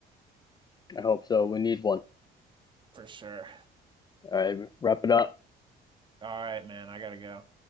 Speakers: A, on the left; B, on the right.
A: I hope so. We need one.
B: for sure.
A: All right, wrap it up.
B: All right, man, I gotta go.